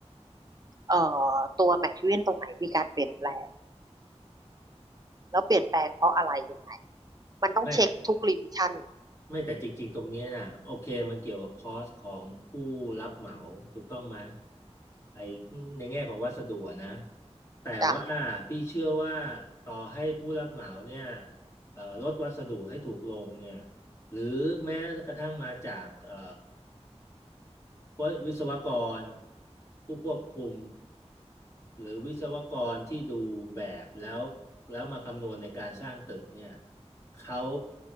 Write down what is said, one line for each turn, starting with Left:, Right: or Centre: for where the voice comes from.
Right: เอ่อตัวแมทเทอเรียนตรงไหนมีการเปลี่ยนแปลงแล้วเปลี่ยนแปลงเพราะอะไรยังไงมันต้องเช็คทุกรีวิชั่น
Left: ไม่ ไม่แต่จริงๆ ตรงเนี้ยน่ะโอเคมันเกี่ยวกับคอสของผู้รับเหมาถูกต้องไหมไอ้ในแง่ของวัสดุอะนะแต่ว่าพี่เชื่อว่า
Right: จ้ะ
Left: ต่อให้ผู้รับเหมาเนี่ยเอ่อลดวัสดุให้ถูกลงเนี่ยหรือแม้กระทั่งมาจากเอ่อ ว่าวิศวกรผู้ควบคุมหรือวิศวกรที่ดูแบบแล้วแล้วมาคำนวณในการสร้างตึกเนี่ยเขา